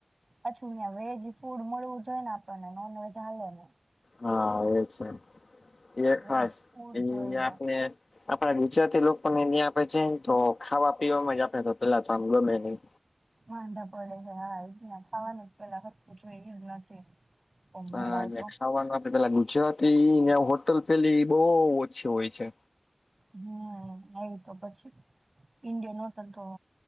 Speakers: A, on the right; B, on the left.
A: પછું અં વેજ ફૂડ મળવું જોઈ ને આપણને નોન વેજ હાલે ને
B: હા એ છે એ ખાસ
A: વેજ ફૂડ
B: એ
A: જોઈએ
B: આપણે આપણા ગુજરાતી લોકોને અહં આપડે છેને તો ખાવા પીવાવામાં જ આપડે તો પેલા તો આમ ગમે નહ
A: વાંધા પડે છે હા એ જ ના ખાવાનું પેલા ખરું જો નથી ઓ મેળ
B: હા
A: આવતો
B: અને ખાવાનું આપડે પેલા ગુજરાતી ને હોટલ પેલી બહ ઓછી હોય છે.
A: હમ આવી તો પછી ઇન્ડિયન હોટલ તો